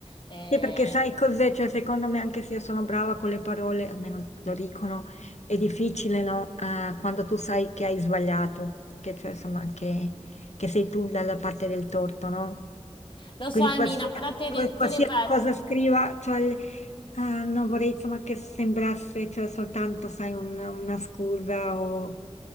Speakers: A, on the left; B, on the left.
A: eh,
B: Sì, perché sai cos'è? Cioè, secondo me, anche se io sono brava con le parole, almeno lo dicono, è difficile, no? Eh, quando tu sai che hai sbagliato, che cioè, insomma, che, che sei tu dalla parte del torto, no?
A: lo
B: Quindi
A: so, Emina,
B: qualsiasi,
A: però ti,
B: qual-
A: ri-
B: qualsiasi
A: ti ripeto,
B: cosa scriva, cioè, Ah, non vorrei insomma che sembrasse cioè, soltanto, sai, un- una scusa o...